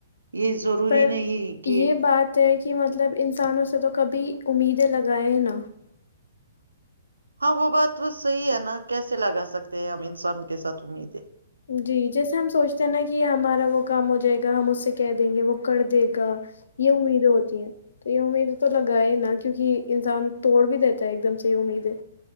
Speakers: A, on the right; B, on the left.
A: یہ ضروری
B: پر
A: نہیں کہ
B: یہ بات ہے کہ مطلب انسانوں سے تو کبھی امیدیں لگائائےیں نا
A: ہاں وہ بات تو صحیح ہے نا کیسے لگا سکتے ہیں ہم انسانوں کے ساتھ امید ہے
B: جی جیسے ہم سوچتے ہیں نا کہ ہمارا وہ کام ہو جائے گا ہم اس سے کہ دیں گے وہ کر دے گا یہ امیدیں ہوتی ہیں تو یہ امید تو لگاائے نا کیونکہ انسان توڑ بھی دیتے ایک دم سےی امید ہے